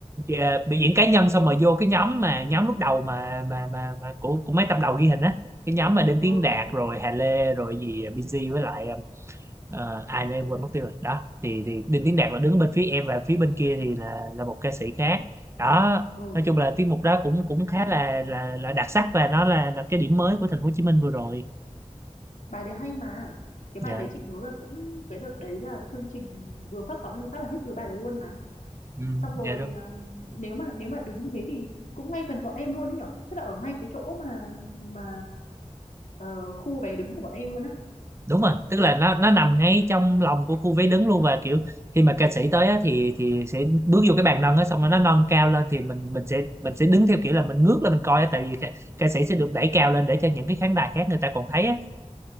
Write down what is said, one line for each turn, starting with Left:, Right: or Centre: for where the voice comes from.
Right: ờ, biểu diễn cá nhân xong rồi vô cái nhóm mà nhóm lúc đầu mà mà mà, mà của của mấy tập đầu ghi hình á cái nhóm mà Đinh Tiến
Left: Ừ,
Right: Đạt rồi Hà Lê rồi gì BG với lại ờ, ai nữa em quên mất tiêu rồi đó thì thì Đinh Tiến Đạt là đứng bên phía em và phía bên kia thì là là một ca sĩ khác đó
Left: ừ,
Right: nói chung là tiết mục đó cũng cũng khá là là là đặc sắc và nó là là cái điểm mới của thành phố Hồ Chí Minh vừa rồi
Left: bài đấy hay mà. Cái
Right: dạ
Left: bài đấy chị nhớ là cũng cái đợt đấy là chương trình vừa phát sóng lên một phát là hết từ bài đấy luôn
Right: Ừ,
Left: xong rồi
Right: dạ đúng
Left: um, nếu mà nếu mà đứng như thế thì cũng ngay gần bọn em luôn đấy nhở tức là ở ngay cái chỗ mà mà ờ, khu vé đứng của bọn em luôn á
Right: đúng rồi tức là nó nó nằm ngay trong lòng của khu vé đứng luôn và kiểu khi mà ca sĩ tới á, thì thì sẽ bước vô cái bàn nâng á xong rồi nó nâng cao lên thì mình mình sẽ mình sẽ đứng theo kiểu là mình ngước lên mình coi á tại vì ca, ca sĩ sẽ được đẩy cao lên để cho những cái khán đài khác người ta còn thấy á